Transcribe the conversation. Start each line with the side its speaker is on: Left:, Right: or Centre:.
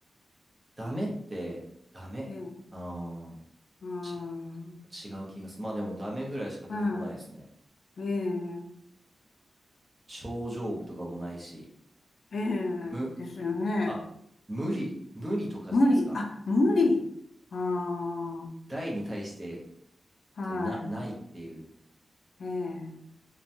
Right: ダメって、ダメああ
Left: ええ。うーん。
Right: ー、違う、違う気がする。まあでも、ダメぐらいしか出てこないですね。
Left: はい。ええ。
Right: 症状部とかもないし、
Left: ええ。
Right: 無、
Left: ですよね。
Right: あ、無理、無理とかじゃないですか。
Left: 無理。あ、無理。あ
Right: 大に対して、
Left: あ。
Right: そのな、ないっていう、
Left: はい。ええ。